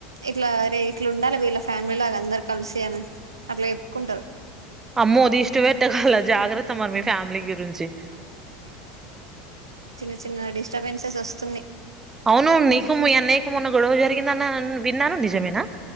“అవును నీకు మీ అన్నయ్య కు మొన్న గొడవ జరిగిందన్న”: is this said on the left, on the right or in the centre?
Right